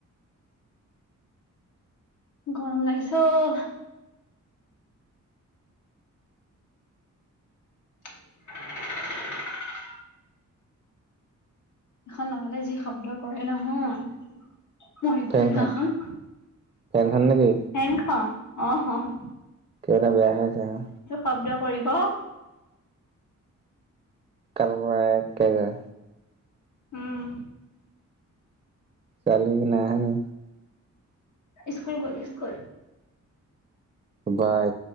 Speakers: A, on the left; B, on the right.
A: গৰম লগিছে অ ' <inaudible> এখন লগালে যি শব্দ কৰে নহয়। মৰিবলৈ
B: ফেনখন
A: লোৱাখন
B: ফেনখন নেকি
A: ফেন খন। অ 'হ হ
B: কিবা এটা বেয়া হৈ আছে আওঁ।
A: শব্দ কৰিব।
B: কাম নাই একেবাৰে
A: উম।
B: ছোৱালী যি নাই অহা নি?
A: স্কুল গ'ল স্কুল।
B: বাই।